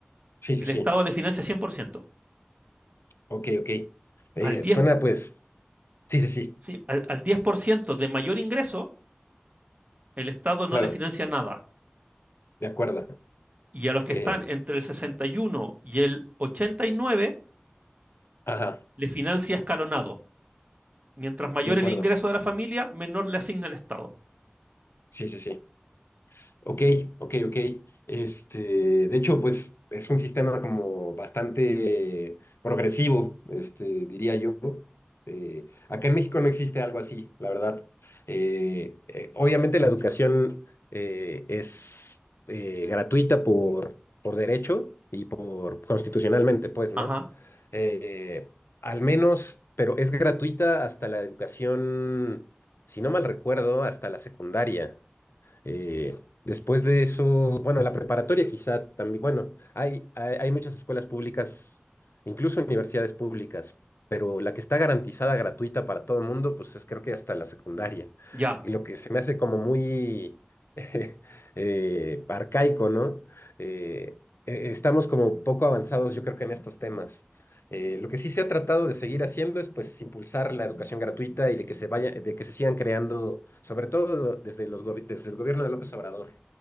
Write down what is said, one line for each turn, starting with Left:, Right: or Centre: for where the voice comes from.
Left: Sí,
Right: el
Left: sí, sí.
Right: Estado le financia 100%.
Left: Ok, ok. Eh,
Right: Al 10,
Left: suena pues, sí, sí, sí,
Right: sí, al, al 10% de mayor ingreso, el Estado no
Left: claro,
Right: le financia nada.
Left: de acuerdo.
Right: Y a los que
Left: Eh,
Right: están entre el 61 y uno y el 89,
Left: ajá,
Right: le financia escalonado. Mientras mayor
Left: de acuerdo.
Right: el ingreso de la familia, menor le asigna el Estado.
Left: Sí, sí, sí. Ok, ok, ok. Este, de hecho, pues es un sistema como bastante progresivo, este, diría yo. Eh, acá en México no existe algo así, la verdad. Eh, eh, obviamente la educación eh, es eh, gratuita por, por derecho y por constitucionalmente, pues, ¿no?
Right: Ajá,
Left: Eh, al menos, pero es gratuita hasta la educación, si no mal recuerdo, hasta la secundaria. Eh, después de eso, bueno, la preparatoria quizá también, bueno, hay, hay, hay muchas escuelas públicas, incluso universidades públicas, pero la que está garantizada gratuita para todo el mundo, pues es creo que hasta la secundaria.
Right: ya,
Left: Y lo que se me hace como muy <laughs> eh, arcaico, ¿no? Eh, eh, estamos como poco avanzados, yo creo que en estos temas. Eh, lo que sí se ha tratado de seguir haciendo es pues impulsar la educación gratuita y de que se vaya, de que se sigan creando, sobre todo desde los gobi- desde el gobierno de López Obrador,